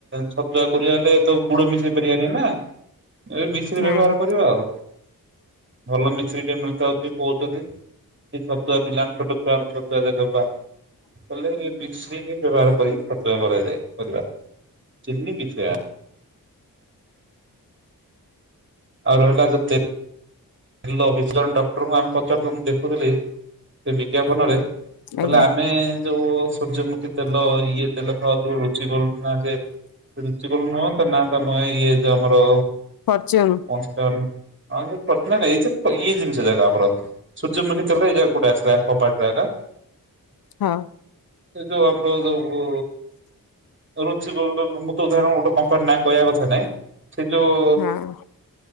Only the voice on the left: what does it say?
ନାଇଁ
ଆଜ୍ଞା
ଫରଚୁନୁ
ହଁ।
ହଁ